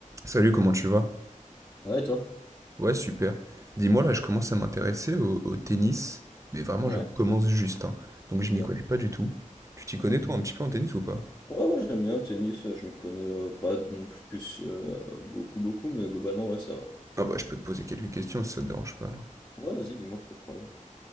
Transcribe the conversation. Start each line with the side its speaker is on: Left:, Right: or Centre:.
Right: Salut, comment tu vas?
Left: Ouais, toi?
Right: Ouais, super. Dis-moi, là, je commence à m'intéresser au, au tennis, mais vraiment,
Left: Ouais,
Right: je commence juste, hein. Donc, je
Left: ok.
Right: m'y connais pas du tout. Tu t'y
Left: Mhm.
Right: connais, toi, un petit peu en tennis ou pas?
Left: Ouais, ouais, j'aime bien le tennis, euh, je m'y connais euh, pas de- non plus euh, beaucoup, beaucoup, mais globalement, ouais, ça va.
Right: Ah bah, je peux te poser quelques questions si ça te dérange pas, là.
Left: Ouais, vas-y, dis-moi, pas de problème.